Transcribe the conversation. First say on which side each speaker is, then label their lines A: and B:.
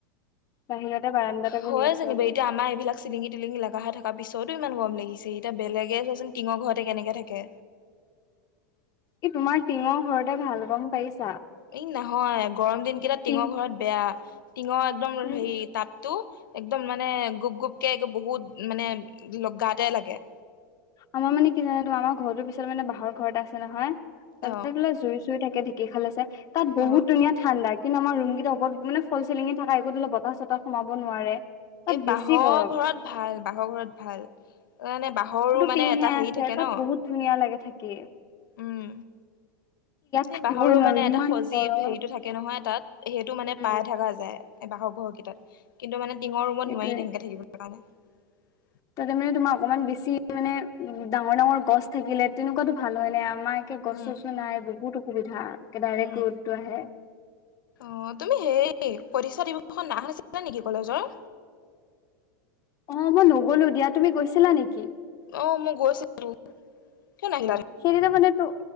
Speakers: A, on the left (about 30°); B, on the left (about 80°).
A: বাহিৰতে বাৰাণ্ডাতে
B: হয়
A: বহি আছো
B: যেনিবা
A: আৰু।
B: এতিয়া আমাৰ এইবিলাক চিলিঙি টিলিঙগি লগা হৈ থকা পিছতো ইমান গম লাগে। ছে এতিয়া বেলেগে চোৱাচোন টিঙৰ ঘৰতে কেনেকে থাকে।
A: ই তোমাৰ টিঙৰ ঘৰতে ভাল গম পাইছে।
B: এই নহয় গৰম দিন কেইটা টিঙৰ
A: টিং
B: ঘৰত বেয়া টিঙৰ একদম
A: উম
B: হেৰি তাপ। টো একদম মানে গুপ গুপকে বহুত মানে গাতে লাগে।
A: আমাৰ মানে কি জানো ত আমাৰ ঘৰটোৰ পিছত মানে বাহহৰ ঘৰতে আছে নহয়
B: অ
A: তাতে ত জুই চুই থাক। ঢেঁকী হাল আছে তাত
B: অ
A: বহুত ধুনীয়া ঠাণ্ডা। কিন্তু আমাৰ ৰুম কেইটা হবত মান ফ চিলিঙে থাকা একোতো বতাহ- চতাহ সোমাব নোৱাৰে। তাত
B: এই বাঁহৰ
A: বেছি গৰম
B: ঘৰত ভাল বাঁহৰ ঘৰত ভাল এ বাঁহৰো মানে।
A: টিঙহে
B: এটা হেৰি
A: আছে
B: থাকে
A: তাত
B: ন
A: বহুত ধুনীয়া লাগে থাকে।
B: উম
A: থাকিবই
B: এই বাহৰো
A: নোৱাৰো
B: মানে এটা
A: ইমান
B: সজীৱ
A: গৰম
B: হেৰিতটো থাকে নহয় তাত। সেইটো মানে
A: উম
B: পাই থাকা যায় বাহঁঘৰ কেইটাত কিন্তু মানে টঙৰ ৰুমত
A: সেইটোয়ে
B: নোৱাৰি তেনেকে থাকিব। <unintelligible>
A: তাতে মানে তোমাৰ অকমান বেছি মানে উ ডাঙৰ ডাঙৰ গছ থাকিলে তেনেকুৱাতো ভাল হয় নাই। আমাৰে গছ
B: উম
A: চছ নাই বহুত অসুবিধাে ডাইৰেক্ট
B: উম
A: ৰ'দটো আহে।
B: অ তুমি হেই পৰক্ষা দিৱসখন না শনিছিলা নেকি কলেজৰ।
A: অ মই নগলো দিয়া তুমি গৈছিলা নেকি?
B: অ মই গৈছিলো। কিয় নাহিলা
A: সেইদিনা মানে ত